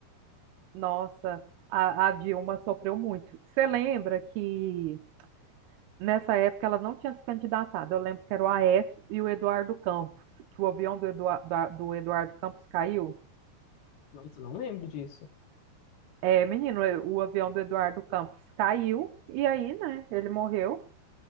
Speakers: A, on the right; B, on the left.
A: Nossa, a, a Dilma sofreu muito. Você lembra que nessa época ela não tinha se candidatado? Eu lembro que era o AF e o Eduardo Campos, que o avião do, Eduar- da- do Eduardo Campos caiu.
B: Nossa, eu não lembro disso.
A: É, menino, é, o avião do Eduardo Campos caiu e aí, né, ele morreu.